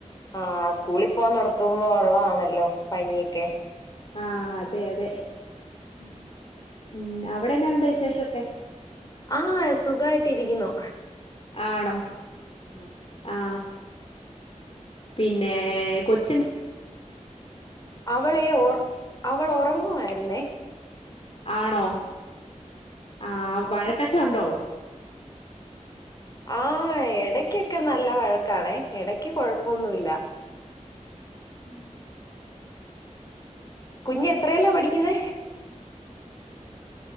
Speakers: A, on the left (about 30°); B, on the left (about 50°).
A: ആഹ് സ്കൂളിൽ പോവാൻ തൊടങ്ങുമ്പോ ഒള്ളതാണല്ലോ പനിയൊക്കെ
B: ആഹ് അതെ അതെ
A: ഉം
B: ഉം അവിടെ എന്നാ ഉണ്ട് വിശേഷം ഒക്കെ
A: ആഹ് സുഖായിട്ടിരിക്കുന്നു
B: ആണോ
A: ഉം
B: ആ പിന്നെ കൊച്ച് എ -
A: അവളെ ഓർ അവള് ഒറങ്ങുവായിരുന്നേ
B: ആണോ ആ വഴക്കൊക്കെ ഒണ്ടോ
A: ആഹ് എടക്കൊക്കെ നല്ല വഴക്കാണേ എടക്ക് കൊഴപ്പൊന്നുല്ല ഉം കുഞ്ഞ് എത്രയിലാ പഠിക്കുന്നെ